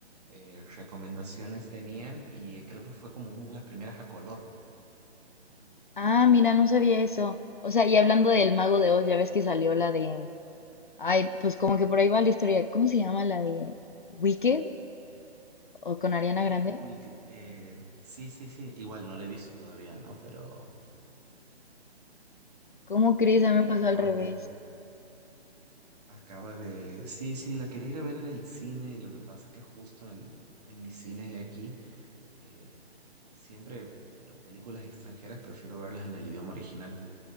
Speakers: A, on the right; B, on the left.
A: eh, recomendaciones tenían y creo que fue como una de las primeras a color.
B: Ah, mira, no sabía eso. O sea, y hablando del Mago de Oz, ya ves que salió la de... Ay, pues como que por ahí va la historia. ¿Cómo se llama la de Wicked o con Ariana
A: Sí,
B: Grande?
A: The Wicked. eh, sí, sí, sí. Igual no la he visto todavía, ¿no? Pero
B: ¿Cómo crees?
A: también,
B: A mí
A: mira,
B: me pasó
A: acabas
B: al revés.
A: de, acabas de. Sí, sí, la quería ir a ver en el cine. y Lo que pasa es que justo en, en mis cines de aquí, eh, siempre las películas extranjeras prefiero verlas en el idioma original.